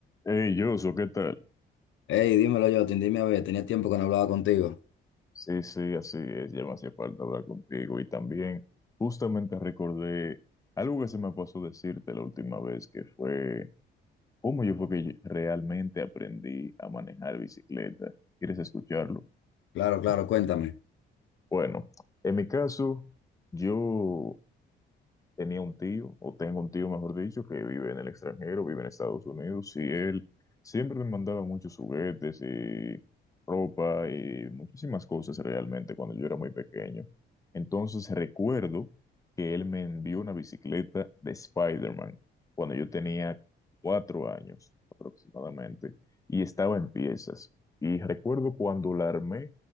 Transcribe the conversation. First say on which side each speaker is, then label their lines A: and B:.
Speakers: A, on the left; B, on the left.
A: Hey, Joshua, ¿qué tal?
B: Hey, dímelo, Jotin, dime, a ver, tenía tiempo que no hablaba contigo.
A: Sí, sí, así es, ya me hacía falta hablar contigo y también justamente recordé algo que se me pasó decirte la última vez, que fue cómo yo fue que yo realmente aprendí a manejar bicicleta. ¿Quieres escucharlo?
B: Claro, claro, cuéntame.
A: Bueno, en mi caso, yo tenía un tío, o tengo un tío, mejor dicho, que vive en el extranjero, vive en Estados Unidos, y él siempre me mandaba muchos juguetes y ropa y muchísimas cosas realmente cuando yo era muy pequeño. Entonces recuerdo que él me envió una bicicleta de Spider-Man cuando yo tenía cuatro años aproximadamente y estaba en piezas. Y recuerdo cuando la armé,